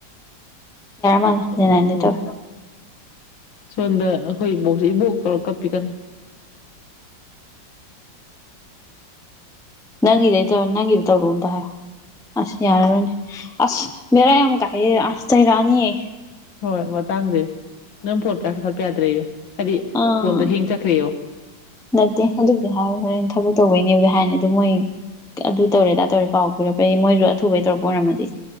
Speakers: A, in the centre; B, on the left.
A: ꯃꯥꯜꯂꯦ
B: ꯑ
A: ꯅꯦꯅꯥꯏꯟꯗꯩ ꯇꯧꯔꯦ
B: ꯑ ꯁꯣꯝꯗ ꯑꯩꯈꯣꯏ ꯏꯕꯣꯛꯁꯦ ꯏꯕꯣꯛ ꯇꯧꯔ ꯀꯞꯄꯤ ꯀꯟꯅ
A: ꯅꯪꯒꯤꯗ ꯇ ꯅꯪꯒꯤꯗꯤ ꯇꯧꯔꯣꯑꯣ ꯇ ꯍꯥꯏ ꯑꯁ ꯌꯥꯔꯔꯣꯏꯅꯦ ꯑꯁ ꯕꯦꯔꯥ ꯌꯥꯝ ꯀꯥꯏꯌꯦ ꯑꯁ ꯆꯩꯔꯥꯅꯤꯌꯦ
B: ꯍꯣꯏ ꯃꯇꯥꯡꯁꯦ ꯅꯪ ꯐꯣꯟ ꯄꯈꯠꯄ ꯌꯥꯗ꯭ꯔꯦ ꯑꯩꯣ ꯍꯥꯏꯗꯤ
A: ꯑꯥ
B: ꯐꯣꯟꯗꯣ ꯍꯦꯡ ꯆꯠꯈ꯭ꯔꯦ <inaudible>
A: ꯅꯠꯇꯦ ꯑꯗꯨꯕꯨꯗꯤ ꯍꯥꯏ ꯍꯣꯔꯦꯟ ꯊꯕꯛ ꯇꯧꯕꯩꯅꯦꯕꯗꯤ ꯍꯥꯏꯅ ꯑꯗꯨꯝ ꯃꯣꯏ ꯑꯗꯨ ꯇꯧꯔꯦꯗꯥ ꯇꯧꯔꯦꯥꯎ ꯄꯤꯔꯛꯄ ꯃꯣꯏꯁꯨ ꯊꯨꯕꯩ ꯇꯧꯔꯛꯄ ꯑꯣꯏꯔꯝꯃꯗꯤ